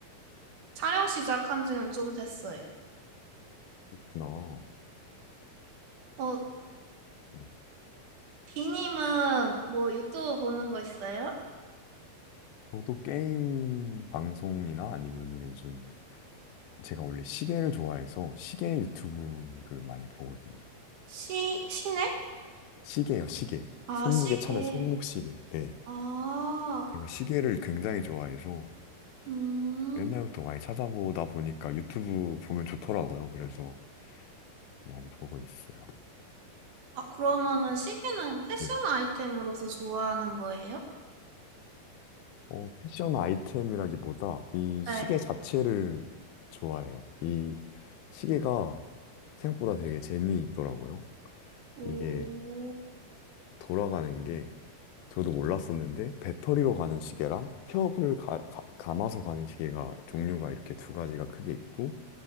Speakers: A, on the right; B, on the left.
A: 촬영 시작한 지는 좀 됐어요.
B: 나,
A: 어,
B: 네.
A: 비님은 뭐 유튜브 보는 거 있어요?
B: 저도 게임 방송이나 아니면 요즘, 제가 원래 시계를 좋아해서 시계 유튜브를 많이 보거든요.
A: 시, 시네?
B: 시계요, 시계.
A: 아,
B: 손목에
A: 시계.
B: 차는 손목시계. 네.
A: 아,
B: 제가 시계를 굉장히 좋아해서
A: 음.
B: 옛날부터 많이 찾아보다 보니까 유튜브 보면 좋더라고요. 그래서 많이 보고 있어요.
A: 아, 그러면은 시계는 패션
B: 네.
A: 아이템으로서 좋아하는 거예요?
B: 어, 패션 아이템이라기보다 이 시계
A: 네.
B: 자체를 좋아해요. 이 시계가 생각보다 되게 재미있더라고요.
A: 오,
B: 이게 돌아가는 게 저도 몰랐었는데 배터리로 가는 시계랑 협을 가, 가- 감아서 가는 시계가 종류가 이렇게 두 가지가 크게 있고